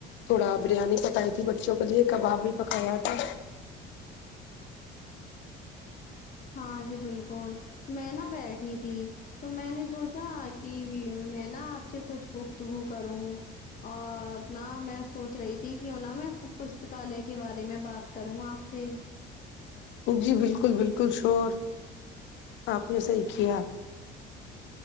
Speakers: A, on the left; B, on the left.
A: تھوڑا بریانی پکائی تھی بچوں کے لیے کباب بھی پکایا تھا
B: ہاں جی بالکل میں نا بیٹھی تھی تو میں نے سوچا کہ میں نا آپ سے کچھ گفتگو کروں اور نہ میں سوچ رہی تھی کہ نہ میں پستکالیہ کے بارے میں بات کروں آپ جی
A: جی بالکل بالکل شور آپ نے صحیح کیا